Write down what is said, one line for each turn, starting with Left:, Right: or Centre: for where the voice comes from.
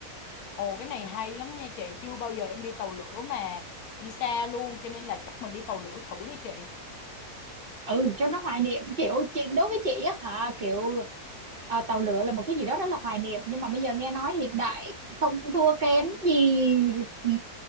Left: Ồ cái này hay lắm nha chị Chưa bao giờ em đi tàu lửa mà Đi xa luôn cho nên là chắc mình đi tàu lửa thử đi chị
Right: ừ cho nó hoài niệm kiểu chị đối với chị á hả kiểu ờ, tàu lửa là một cái gì đó rất là hoài niệm nhưng mà bây giờ nghe nói hiện đại không thua kém gì ừ,